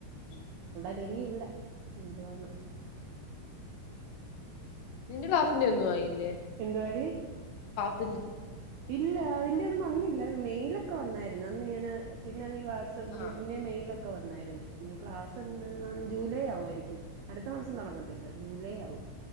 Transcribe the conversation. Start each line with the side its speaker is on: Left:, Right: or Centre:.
Left: ഉം
Right: അല്ലെങ്കിൽ ഇവിടെ എന്തുവാണ്
Left: നിന്റെ ക്ലാസിന്റെ ഒന്നും ആയില്ലേ
Right: എന്തവാടി
Left: എന്തുവാ
Right: ഇല്ല അതിന്റെ ഒന്നും വന്നില്ല മെയിലൊക്കെ വന്നായിരുന്നു അന്ന് ഇങ്ങനെ പിന്നെ വാട്സ്ആ് ഗ്രൂപ്പിന്റെ
Left: ആഹ്
Right: മെൽെ ക്കെ വന്നായിരുന്നു ഇനി ക്ലാസ്ന്ന് ജൂലൈ ആവുമായിരിക്കും അടുത്ത മാസം തുടങ്ങും ത്തില്ല ജൂലൈ ആവും